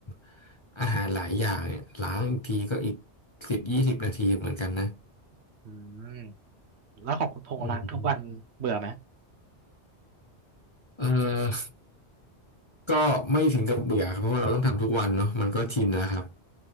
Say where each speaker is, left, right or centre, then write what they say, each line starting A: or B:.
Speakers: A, on the left; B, on the right.
A: ำอาหารหลายอย่างเนี่ยล้างอีกทีก็อีกสิบยี่สิบนาทีเหมือนกันนะ
B: อืมแล้วของคุณพงษ์ล้างทุกวันเบื่อไหม
A: อืมเออก็ไม่ถึงกับเบื่อครับเพราะว่าเราต้องทำทุกวันเนาะมันก็ชินแล้วครับ